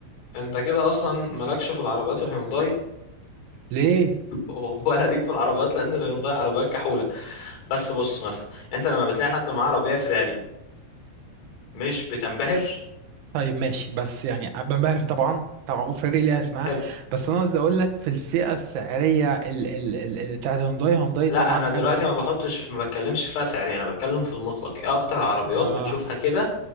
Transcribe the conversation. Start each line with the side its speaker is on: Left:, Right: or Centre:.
Left: انت كده اصلا مالكش في العربيات الهيونداي
Right: ليه
Left: <laughs> ولا ليك في العربيات لان الهيونداي عربيات كحولة بس بص مثلا انت لما بتلاقي حد معاه عربية فراري مش بتنبهر
Right: طيب ماشي بس يعني بنبهر طبعا طبعا وفراري ليها اسمها
Left: حلو
Right: بس انا قصدي اقول لك في الفئة السعرية ال ال ال ال- بتاعت هونداي هونداي
Left: لا
Right: طبعا
Left: انا دلوقتي
Right: حلو
Left: ما بحطش ما بتكلمش في فئة سعرية انا بتكلم في المطلق ايه اكتر عربيات
Right: آه.
Left: بتشوفها كده